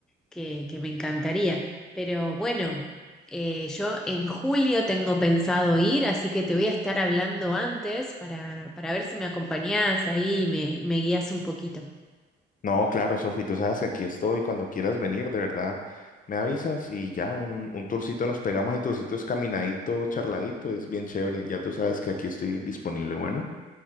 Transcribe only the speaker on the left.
No, claro, Sofi, tú sabes que aquí estoy. Cuando quieras venir, de verdad, me avisas y ya un, un tourcito nos pegamos. El tourcito es caminadito, charladito, es bien chévere. Ya tú sabes que aquí estoy disponible. Bueno,